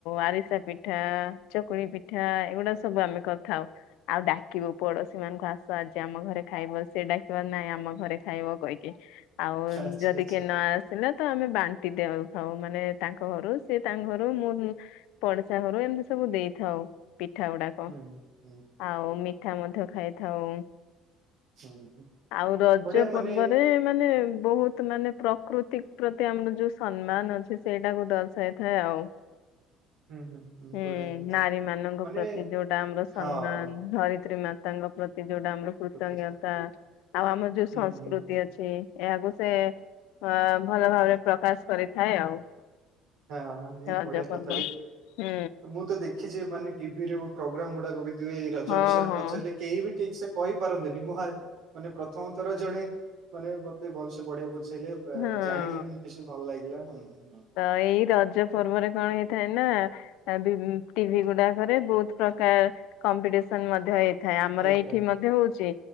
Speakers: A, on the left (about 75°); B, on the right (about 75°).
A: ଆରିସା ପିଠା ଚକୁଳି ପିଠା ଏଗୁଡା ସବୁ ଆମେ କରି ଥାଉ ଆଉ ଡାକିବୁ ପଡୋଶୀ ମାନଙ୍କୁ ଆସ ଆଜି ଆମ ଘରେ ଖାଇବ ସିଏ ଡାକିବେ ନାଇଁ ଆମ ଘରେ। ଖାଇବ କହିକି ଆଉ
B: ଆଚ୍ଛା
A: ଯଦି
B: ଆଚ୍ଛା
A: କିଏ ନଆସ ସିଲେ ତ ଆମେ ବାଣ୍ଟି ଦେଉ ସବୁ ମାନେ ତାଙ୍କ ଘରୁ ସେ ତାଙ୍କ ଘରୁ ମୁଁ ପଡିଶା ଘରୁ ଏମିତି ସବୁ ଦେଇଥାଉ ପିଠା ଗୁଡାକ।
B: ହୁଁ ହୁଁ
A: ଆଉ ମିଠା ମଧ୍ୟ ଖାଇଥାଉ
B: ହୁଁ
A: ଆଉ ରଜ
B: ବଢିଆ
A: ପର୍ବରେ
B: ମାନେ
A: ମାନେ ବହୁତ ମାନେ ପ୍ରକୃତି ପ୍ରତି ଆମର ଯୋଉ ସମ୍ମାନ ଅଛି, ସେଇଟାକୁ ଦର୍ଶାଇଥାଏ ଆଉ।
B: ହୁଁ ହୁଁ।
A: ହୁଁ,
B: ବଢିଆ କଥା
A: ନାରୀମାନଙ୍କ
B: ମାନେ
A: ପ୍ରତି ଯୋଉଟା ଆମର ସମ୍ମାନ,
B: ହଁ
A: ଧରିତ୍ରୀ ମା ତାଙ୍କ ପ୍ରତି ଯୋଉଟା ଆମର କୃତଜ୍ଞତା,
B: ହୁଁ
A: ଆଉ ଆମର ଯୋଉ
B: ହୁଁ
A: ସଂସ୍କୃତି
B: ହୁଁ
A: ଅଛି ଏହାକୁ ସେ ଅ ଭଲ ଭାବରେ ପ୍ରକାଶ କରିଥାଏ ଆଉ।
B: ହଁ ହଁ ହଁ, ନାଇଁ
A: ରଜ
B: ବଢିଆ
A: ପର୍ବ
B: କଥାଟେ।
A: ହୁଁ
B: ମୁଁ ତ ଦେଖ ଖିଚି ମାନେ ଟିଭିରେ ବହୁ ପ୍ରୋଗ୍ରାମ ଗୁଡାକ ବି ଦିଏ, ଏଇ ରଜ
A: ହଁ
B: ବିଷୟରେ
A: ହଁ
B: ପଚାରିଲେ କେହି ବି ଠିକ୍ ସେ କହିପାରନ୍ତିନି। ମୁଁ ହାଏ ମାନେ ପ୍ରଥମ ଥର ଜଣେ ମାନେ ମତେ ଭଲସେ ବଢିଆ ବୁଝେଇଲେ ବା
A: ହଁ
B: ଜାଣିଲି ବି ମୁଁ କିଛି ଭଲ ଲାଗିଲା, ହୁଁ ହୁଁ ହୁଁ।
A: ତ ଏଇ ରଜ ପର୍ବରେ କଣ ହେଇଥାଏ ନା ଅ ବି-ବି-ଟିଭି ଗୁଡାକରେ ବହୁତ ପ୍ରକାର କମ୍ପିଟିସନ ମଧ୍ୟ ହେଇ ଥାଏ, ଆମର
B: ହେଇଥାଏ
A: ଏଇଠି ମଧ୍ୟ ହଉଚି।